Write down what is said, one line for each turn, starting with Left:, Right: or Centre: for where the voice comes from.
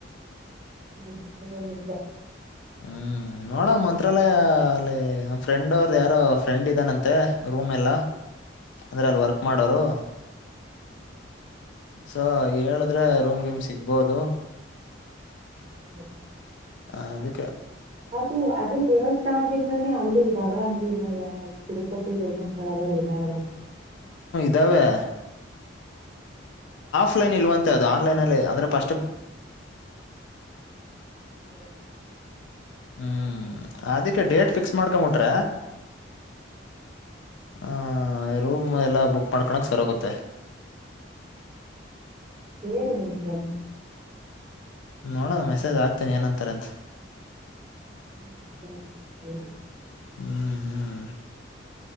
Right: ಹ್ಮ <unintelligible>
Left: ಹ್ಮ್ ನೋಡೋ ಮಂತ್ರಾಲಯ ಅಲ್ಲಿ ನ ಫ್ರೆಂಡ್ ಅವ್ರದ ಯಾರೋ ಫ್ರೆಂಡ್ ಇದ್ದಾನಂತೆ ರೂಮ್ ಎಲ್ಲ ಅಂದ್ರೆ ಅಲ್ಲಿ ವರ್ಕ್ ಮಾಡೋರು ಸೊ ಹೇಳಿದ್ರೆ ರೂಮ್ ಗಿಮ್ ಸಿಗ್ಬೋದು
Right: ಹೌ
Left: ಹ ಅದ
Right: ಅದು ಅದೇ ದೇವಸ್ಥಾನದಿಂದಾನೇ ಅಲ್ಲಿ ಇದಾವ ಅಂದ್ರೆ ಇವಾಗ ತಿರುಪತಿ ಧರ್ಮಸ್ಥಳದಲ್ಲ ಇದಾವಲ್ಲಾ
Left: ದವೆ ಆಫ್ಲೈನ್ ಇಲ್ವಂತೆ ಅದು ಆನ್ಲೈನ್ಲ್ಲಿೇ ಅಂದ್ರೆ ಪ
Right: <inaudible>
Left: ಹ್ಮ್ ಅದಿಕ್ಕೆ ಡೇಟ್ ಫಿಕ್ಸ್ ಮಾಡ್ಕೊಂಬಿಟ್ರ ಹಾ ಹಾ ರೂಮ್ ಎಲ್ಲ ಬುಕ್ ಮಾಡ್ಕಳಕ್ ಸರಿಗುತ್ತೆ
Right: ಹೇಳ ನಿ ಕಳ
Left: ನೋಡೋಣ ಮೆಸೇಜ್ ಆಕ್ತೀನಿ ಏನಂತಾರೆ ಅಂತ
Right: ಹ್ಮ್ ಸರಿ ಸರಿ
Left: ಹ್ಮ್ ಹ್ಮ್